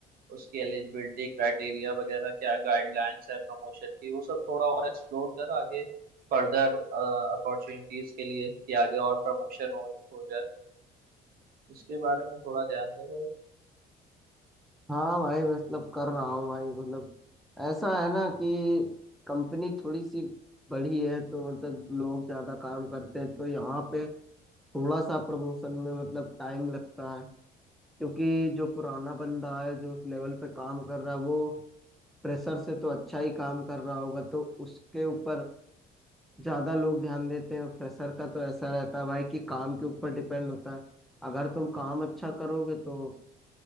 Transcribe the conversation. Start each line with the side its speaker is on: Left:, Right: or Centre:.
Right: उसकी एलिजिबिलिटी क्राइटेरिया वगैरह क्या गाइडलाइंस है प्रमोशन की वो सब थोड़ा और एक्सप्लोर कर आगे फर्दर अपॉर्चुनिटीज के लिए कि आगे और प्रमोशन हो हो जाए इसके बारे में थोड़ा ध्यान दे भाई
Centre: हाँ भाई मतलब कर रहा हूँ भाई मतलब ऐसा है ना कि कंपनी थोड़ी सी बड़ी है तो मतलब लोग ज्यादा काम करते हैं तो यहाँ पे थोड़ा सा प्रमोशन में मतलब टाइम लगता है क्योंकि जो पुराना बंदा है जो उस लेवल पे काम कर रहा है वो प्रेशर से तो अच्छा ही काम कर रहा होगा तो उसके ऊपर ज्यादा लोग ध्यान देते हैं प्रेशर का तो ऐसा रहता है भाई कि काम के ऊपर डिपेंड होता है अगर तुम काम अच्छा करोगे तो